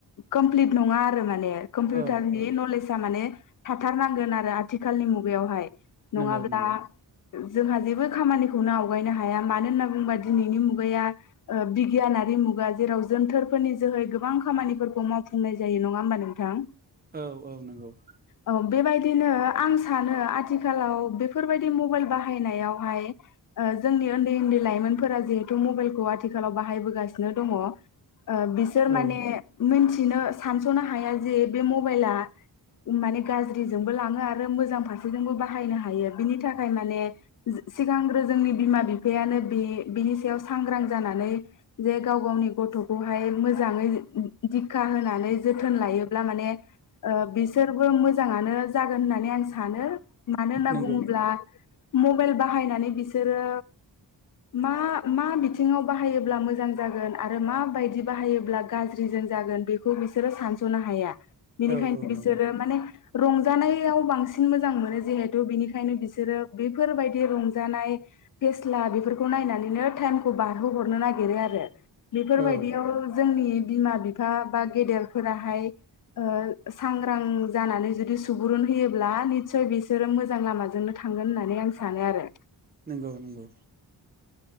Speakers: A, on the left; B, on the right.
A: कमप्लि नङै नङा आरो माने कम्पिउटारनि
B: औ औ
A: नलेज आ माने थाथारनांगोन आरो आथिखालनि मुगायावहाय नङाब्ला
B: नंगौ नंगौ
A: जोंहा जेबो खामानिखौनो आवगायनो हाया मानो होनना बुङोब्ला दिनैनि मुगाया बिगियानारि मुगा जेराव जोनथोरफोरनि जोहै गोबां खामानिफोरखौ मावफुंनाय जायो नङा होमबा नोंथां
B: औ औ नंगौ
A: औ बेबायदिनो आं सानो आथिखालाव बेफोरबायदि मबाइल बाहायनायावहाय जोंनि उन्दै उन्दै लाइमोनफोरा जिहेथु मबाइलखौ आथिखालाव बाहायबोगासिनो दङ। ओ बिसोर माने
B: औ
A: मोनथिनो सानस'नो हाया जे बे मबाइला माने गाज्रिजोंबो लाङो आरो मोजां फारसेजोंबो बाहायनो हायो बिनि थाखाय माने सिगांग्रो जोंनि बिमा-बिफायानो बि बिनि सायाव सांग्रां जानानै जे गाव गावनि गथ' खौहाय मोजाङै दिक्षा होनानै जोथोन लायोब्ला माने बिसोरबो मोजाङानो जागोन होननानै आं सानो मानो होनना
B: नंगौ
A: बुङोब्ला मबाइल बाहायनानै बिसोरो मा मा बिथिङाव बाहायोब्ला मोजां जागोन आरो माबायदि बाहायोब्ला गाज्रि जा जागोन बेखौ बिसोरो सानस'नो हाया बिनिखायनो
B: औ औ
A: बिसोरो
B: नंगौ
A: माने रंजानायाव बांसिन मोजां मोनो जिहेथु बिनिखायनो बिसोरो बेफोरबायदि रंजानाय फेस्ला बेफोरखौ नायनानैनो टाइमखौ बारहोहरनो नागिरो आरो बेफोरबायदियाव
B: औ
A: जोंनि बिमा-बिफा बा गेदेरफोराहाय ओ सांग्रां जानानै जुदि सुबुरुन होयोब्ला निसय बिसोरो मोजां लामाजोंनो थांगोन होननानै आं सा सानो आरो
B: नंगौ नंगौ